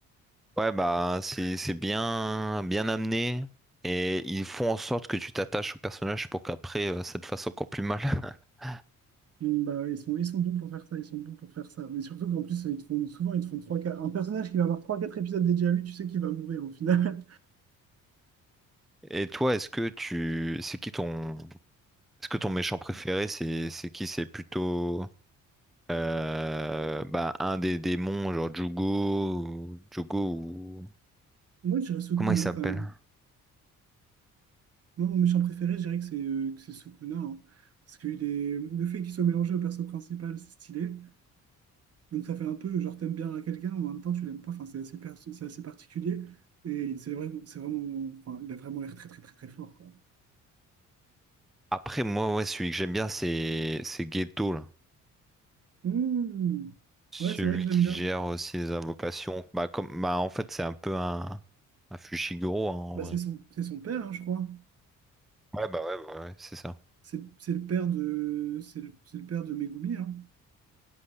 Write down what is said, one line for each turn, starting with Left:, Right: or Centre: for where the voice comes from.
Centre: ouais, bah, c'est, c'est bien, bien amené. Et ils font en sorte que tu t'attaches au personnage pour qu'après, euh, ça te fasse encore plus mal. <laughs>
Right: Mm, Bah, ouais, ils sont, ils sont bons pour faire ça, ils sont bons pour faire ça. Mais surtout qu'en plus, ils te font, souvent, ils te font 3, 4. un personnage qui va avoir trois, quatre épisodes dédiés à lui, tu sais qu'il va mourir au final.
Centre: Et toi, est-ce que tu, c'est qui ton, est-ce que ton méchant préféré, c'est, c'est qui? C'est plutôt, euh, bah, un des démons, genre Jugo, ou- Jugo
Right: <laughs> Moi, je dirais Sukuna,
Centre: Comment il s'appelle?
Right: quand même. Moi, mon méchant préféré, je dirais que c'est euh, que c'est Sukuna. hein. Parce que il est... le fait qu'il soit mélangé au perso principal, c'est stylé. Donc ça fait un peu, genre, t'aimes bien quelqu'un, mais en même temps, tu l'aimes pas. Enfin, c'est assez, perso- c'est assez particulier. Et il- c'est vrai, c'est vraiment... Enfin, il a vraiment l'air très, très, très, très fort, quoi.
Centre: Après, moi, ouais, celui que j'aime bien, c'est c'est Ghetto, là.
Right: Mmh.
Centre: Celui
Right: Ouais, c'est vrai que j'aime
Centre: qui
Right: bien.
Centre: gère euh, ses invocations. Bah, comme... bah, en fait, c'est un peu un, un Fushiguro, hein, en
Right: Bah,
Centre: vrai.
Right: c'est son... c'est son père, hein, je crois.
Centre: Ouais, bah ouais, ouais, ouais, c'est ça.
Right: C'est c'est le père de... C'est le... c'est le père de Megumi, hein.